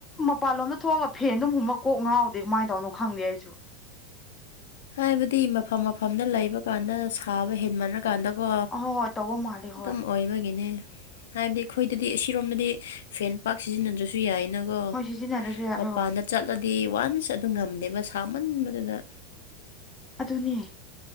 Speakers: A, on the left (about 20°); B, on the left (about 80°).
A: ꯃ ꯄꯥꯟꯂꯣꯝꯗ ꯊꯣꯛꯑꯒ ꯐꯦꯟ ꯑꯗꯨꯝ ꯍꯨꯝꯕ ꯀꯣꯛ ꯉꯥꯎꯗꯦ ꯀꯃꯥꯏꯅ ꯇꯧꯅꯣ ꯈꯪꯗꯦ ꯑꯩꯁꯨ
B: ꯍꯥꯏꯕꯗꯤ ꯃꯐꯝ ꯃꯐꯝꯗ ꯂꯩꯕ ꯀꯥꯟꯗ ꯁꯥꯕ ꯍꯦꯟ ꯃꯥꯟꯅ ꯀꯥꯟꯗꯀꯣ
A: ꯑꯍꯣꯏ ꯍꯣꯏ ꯇꯧꯕ ꯃꯥꯜꯂꯦ
B: ꯑꯗꯨꯝ
A: ꯍꯣꯏ
B: ꯑꯣꯏꯕꯒꯤꯅꯦ ꯍꯥꯏꯕꯗꯤ ꯑꯩꯈꯣꯏꯗꯗꯤ ꯑꯁꯤꯔꯣꯝꯗꯗꯤ ꯐꯦꯟ ꯄꯥꯛ ꯁꯤꯖꯤꯟꯅꯗ꯭ꯔꯁꯨ ꯌꯥꯏ ꯀꯩꯅꯒꯣ
A: ꯍꯣꯏ ꯁꯤꯖꯤꯟꯅꯔꯁꯨ ꯌꯥꯏ
B: ꯃꯄꯥꯟꯗ
A: ꯍꯣꯏ
B: ꯆꯠꯂꯗꯤ ꯋꯥꯟꯁ ꯑꯗꯨ ꯉꯝꯗꯦꯕ ꯁꯥꯃꯟꯕꯗꯨꯗ
A: ꯑꯗꯨꯅꯦ